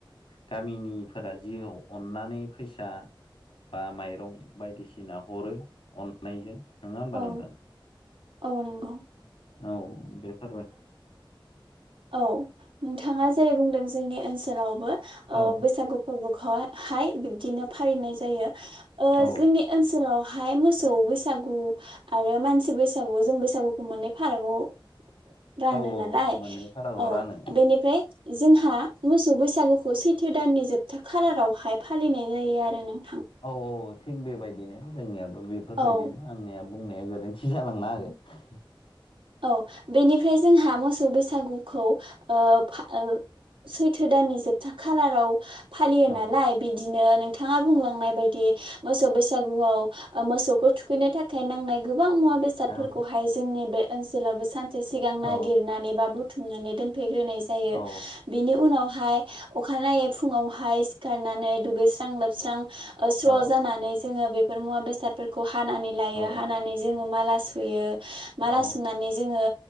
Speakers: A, on the left; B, on the right.
A: गामिनिफोरा जि अननानै फैसा बा माइरं बायदिसिना हरो अननायजों नङा होमबा
B: औ
A: नोंथां
B: औ नंगौ
A: ओ बेफोरबो।
B: औ नोंथाङा जेरै बुंदों जोंनि ओनसोलावबो
A: औ
B: ओ बैसागु फोरबो हाय बिब्दिनो फालिनाय जायो ओ
A: औ
B: जोंनि ओनसोलाव हाय मोसौ बैसागु आरो मानसि बैसागु जों बैसागुखौ माने फारागआव रानो
A: औ
B: नालाय
A: मोननै फारागाव
B: औ
A: रानो
B: बेनिफ्राय जों हा मोसौ बैसागुखौ सैथो दाननि जोबथा खालारावहाय फालिनाय जायो आरो नों
A: औ औ थिग बेबायदिनो जोंनियाबो बेफोरबायदिनो
B: औ
A: आंनियाबो बुंनाया गोरोन्थि जालांनो हागो
B: औ बेनिफ्राय जोंहा मोसौ बैसागु खौ ओ फा ओ सैथो दाननि जोबथा खालाराव फालियो
A: औ
B: नालाय बिदिनो नोंथाङा बुंलांनाय बायदि मोसौ बैसागुआव ओ मोसौखौ थुखैनो थाखाय नांनाय गो बां मुवा बेसादफोरखौहाय
A: औ
B: जोंनि बे ओनसोलावबो सानसे सिगां नागिरनानै
A: औ
B: बा बुथुमनानै दोन फैग्रोनाय जायो
A: औ
B: बिनि उनावहाय अखानायनायै फुङावहाय सिखारनानै दुगैस्रां लोबस्रां स्र'
A: औ
B: जानानै जोङो बे मुवा बेसादफोरखौ हानानै लायो
A: औ
B: हानानै जोङो माला सुयो माला
A: औ
B: सु नानै जोङो